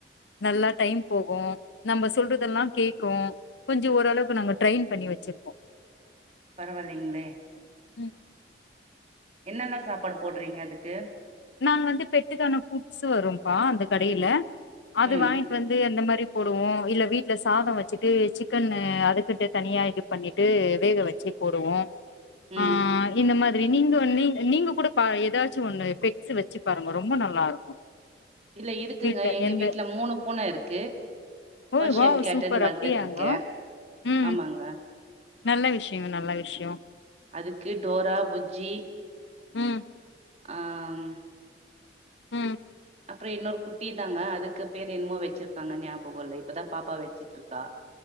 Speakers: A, on the left (about 85°); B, on the right (about 35°).
A: நல்லா டைம் போகும் நம்ம சொல்றதெல்லா கேக்கு கொஞ்சம் ஓரளவுக் கு நாங்க ட்ரெயின் பண்ணி வச்சிருக்கோம்
B: பரவால்லிங்களே
A: உம்
B: என்னென்ன சாப்பாடு போடுறீங்க அதுக்கு
A: நாங்க வந்து பெட்டுக்கான ஃபுட்ஸ் வரும்ப்பா அந்த கடையில அது
B: ம்
A: வாங்கிட்டு வந்து அந்த மாரி மாரி போடுவோ இல்ல வீட்டுல சாதம் வச்சுட்டு சிக்கன் அதுக்கிட்ட தனியா இது பண்ணிட்டு வேக வச்சு போடுவோ
B: ம்
A: ஆஹ் இந்த மாதி நீங்க நீ நீங்க கூட ஏதாச்சு ஒண்ணு பெ ட்ஸ் வச்சு பாருங்க ரொம்ப நல்லா இருக்கு
B: இல்ல இருக்குங்க
A: வீட்ல
B: எங்க
A: எந்த
B: வீட்டுல மூணு பூன இருக்கு
A: ஓ
B: பர்ஷன்
A: வாவ்
B: கேட்டன்னு
A: சூப்பர்
B: வளத்துட்டு
A: அப்டியாங்கோ
B: இருக்கே
A: ம்
B: ஆமாங்க
A: நல்ல விஷயங்க நல்ல விஷயம்
B: அதுக்கு டோரா புஜ்ஜி
A: உம்
B: ஆஹ்ம்
A: ம்
B: அப்புறோ இன்னொரு குட்டி தாங்க அதுக்கு பேர் என்னமோ வச்சிருக்காங்க ஞாபகல்ல இப்பதா பாப்பா வச்சிட்டு இருக்கா